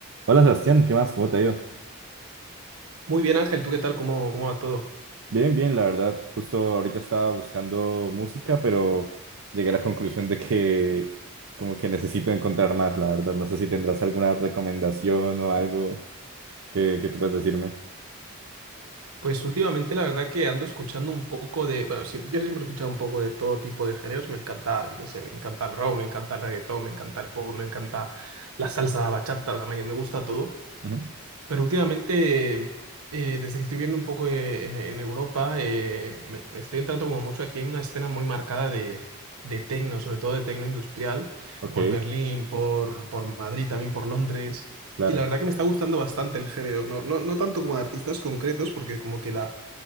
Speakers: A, on the right (about 65°); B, on the right (about 80°).
A: Hola Sebastián, ¿qué más? ¿Cómo te ha ido?
B: Muy bien, Ángel, ¿tú qué tal? ¿Cómo, cómo va todo?
A: Bien, bien, la verdad. Justo ahorita estaba buscando música, pero llegué a la conclusión de que como que necesito encontrar más, la verdad. No sé si tendrás alguna recomendación o algo que, que tú puedas decirme.
B: Pues últimamente la verdad que ando escuchando un poco de, bueno, sí, yo siempre he escuchado un poco de todo tipo de géneros, me encanta, yo qué sé, me encanta el rock, me encanta el reggaetón, me encanta el pop, me encanta la salsa, la bachata, o sea, me, me gusta todo,
A: Ujú.
B: Pero últimamente, eh, desde que estoy viendo un poco eh, en, en Europa, eh, me, me estoy entrando como mucho. Aquí hay una escena muy marcada de, de tecno, sobre todo de tecno industrial,
A: Ok,
B: por Berlín, por, por Madrid, también por Londres.
A: claro,
B: Y la verdad que me está gustando bastante el género, no, no, no tanto como de artistas concretos, porque como que la,